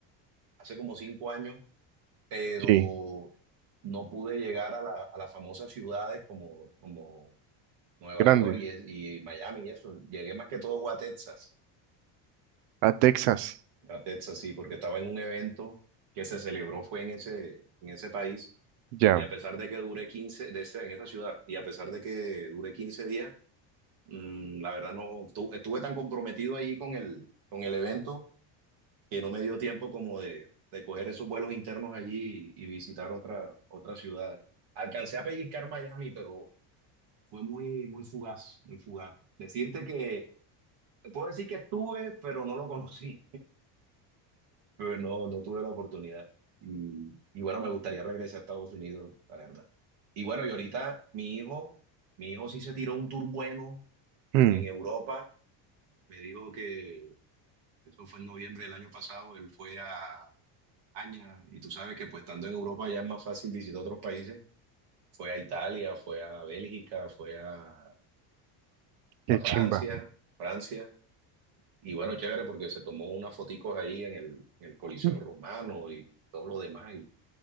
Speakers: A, on the right; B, on the right.
A: hace como cinco años, pero
B: sí.
A: no pude llegar a, la- a las famosas ciudades como, como Nueva
B: Grandes.
A: York y, es- y Miami y eso. Llegué más que todo fue a Texas.
B: A Texas.
A: a Texas, sí, porque estaba en un evento que se celebró, fue en ese, en ese país,
B: Ya.
A: y a pesar de que dure 15 de ese- en esa ciudad, y a pesar de que dure 15 días, mm, la verdad no, estu- estuve tan comprometido ahí con el, con el evento que no me dio tiempo como de, de coger esos vuelos internos allí y, y visitar otra, otras ciudades. Alcancé a pellizcar Miami, pero fue muy, muy fugaz, muy fugaz. Decirte que, te puedo decir que estuve, pero no lo conocí. pero no, no tuve la oportunidad. Y, y bueno, me gustaría regresar a Estados Unidos, la verdad. Y bueno, y ahorita mi hijo, mi hijo sí se tiró un tour bueno
B: Mm,
A: en Europa. Me dijo que eso fue en noviembre del año pasado. Él fue a España y tú sabes que pues estando en Europa ya es más fácil visitar otros países. Fue a Italia, fue a Bélgica, fue a,
B: qué
A: a Francia,
B: chimba.
A: Francia. Y bueno, chévere porque se tomó unas foticos ahí en el, en el Coliseo
B: Mm.
A: Romano y todo lo demás.